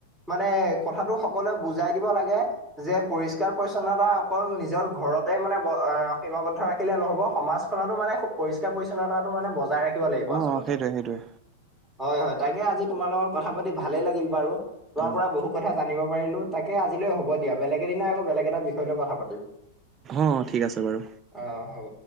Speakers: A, in the centre; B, on the right (about 25°).
A: মানে কথাটো সকলোৱে বুজাই দিব লাগে। যে পৰিষ্কাৰ-পৰিছন্নতা অকল নিজৰ ঘৰতে মানে সীমাবদ্ধ ৰাখিলে নহব, সমাজ খনটো মানে পৰিষ্কাৰ-পৰিচ্ছন্নতটো মানে বজাই ৰাখিব লাগিব
B: অ
A: আচলতে।
B: অ সেইটোৱে সেইটোৱে
A: হয়, হয় তাকে আজি তোমাৰ লগত কথা পাতি ভালে লাগিল বাৰু, তোমাৰ
B: অ
A: পৰা বহু কথা জানিব পাৰিলো তাকে আজিলৈ হ'ব দিয়া। বেলেগ এদিনা আকৌ বেলেগ এটা বিষয় লৈ কথা পাতিম।
B: অ', ঠিক আছে বাৰু।
A: অ', হ'ব।